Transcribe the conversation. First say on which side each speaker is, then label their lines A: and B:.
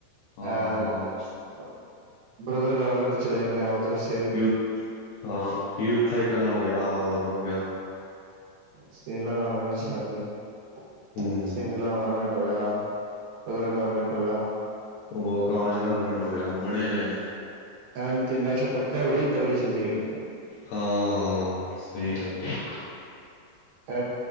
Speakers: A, on the left; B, on the right.
A: ਹਾਂ
B: ਇਹ ਬ੍ਰਦਰ ਗਾਰਮੈਂਟਸ ਤੇ ਚਲੇ ਜਾਂਦੇ ਆਂ। ਉੱਧਰ ਅਸ -
A: ਯੂਥ ਹਾਂ, ਯੂਥ ਹਾਈਕੇਨ ਹੋ ਗਿਆ, ਹੋਰ ਹੋ ਗਿਆ।
B: ਸਿੰਗਲਾ ਗਾਰਮੈਂਟ ਚ ਸ਼ਬਦ ਏ--ਸਿੰਗਲਾ
A: ਹੂੰ
B: ਗਾਰਮੈਂਟ ਹੋ ਗਿਆ, ਬ੍ਰਦਰ ਗਾਰਮੈਂਟ ਹੋ ਗਿਆ।
A: ਉਹ ਅਕਾਸ਼ ਗਾਰਮੈਂਟ ਹੋ ਗਿਆ। ਬੜੇ ਨੇ
B: ਇਨ ਤਿੰਨਾਂ ਚ ਟੱਕਰ ਬੜੀ ਤਗੜੀ ਚੱਲਦੀ ਹੈਗੀ ਏ।
A: ਹਾਂ, ਸਹੀ ਗੱਲ ਏ।
B: ਏ,